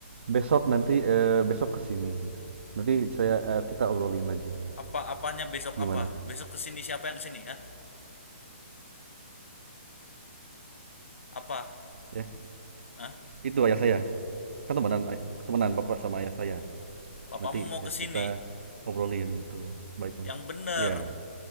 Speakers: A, on the right; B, on the left.
A: besok nanti eh, besok kesini. Nanti saya eh, kita obrolin lagi Pak.
B: Apa-apanya besok
A: Gimana?
B: apa? Besok kesini siapa yang kesini, hah? Apa?
A: Ya.
B: Hah?
A: itu ayah saya kan temenan ay- temenan bapak sama ayah saya
B: Papamu
A: nanti
B: mau
A: eh,
B: kesini?
A: kita obrolin gitu baik baik
B: Yang bener.
A: ya